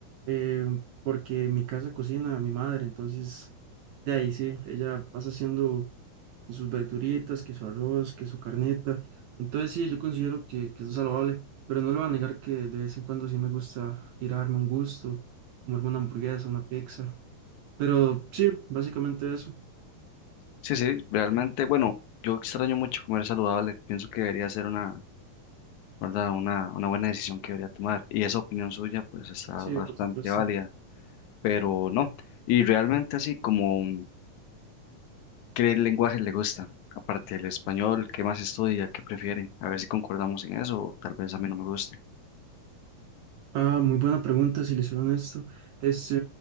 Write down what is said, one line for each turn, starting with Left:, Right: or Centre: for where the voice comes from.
Right: eh, porque en mi casa cocina mi madre, entonces de ahí sí, ella pasa haciendo sus verduritas, que su arroz, que su carnita, entonces sí, yo considero que, que eso es saludable, pero no le voy a negar que de vez en cuando sí me gusta ir a darme un gusto, comerme una hamburguesa, una pizza, pero sí, básicamente eso,
Left: Sí, sí, realmente, bueno, yo extraño mucho comer saludable, pienso que debería ser una ¿verdad? Una, una buena decisión que debería tomar. Y esa opinión suya, pues, está
Right: sí,
Left: bastante
Right: por supuesto.
Left: válida, pero no. Y realmente así como, mm, ¿qué lenguaje le gusta? Aparte del español, ¿qué más estudia? ¿Qué prefiere? A ver si concordamos en eso, o tal vez a mí no me guste.
Right: Ah, muy buena pregunta, si les soy honesto, este,